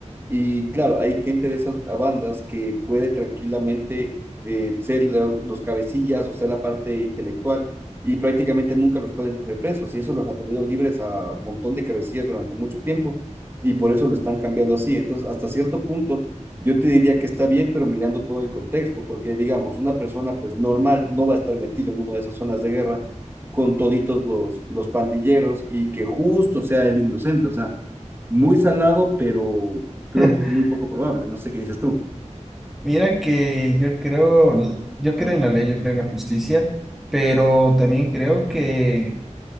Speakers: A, on the right; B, in the centre.
A: Y claro, hay gente de esas bandas que puede tranquilamente eh, ser la- los cabecillas o ser la parte intelectual y prácticamente nunca los pueden coger presos y eso los ha tenido libres a un montón de cabecillas durante mucho tiempo y por eso lo están cambiando así. Entonces, hasta cierto punto yo te diría que está bien, pero mirando todo el contexto, porque digamos, una persona pues normal no va a estar metida en una de esas zonas de guerra con toditos los, los pandilleros y que justo sea el inocente, o sea, muy salado, pero creo
B: <laughs>
A: que es muy poco probable, no sé qué dices tú.
B: Mira que yo creo, yo creo en la ley, yo creo en la justicia, pero también creo que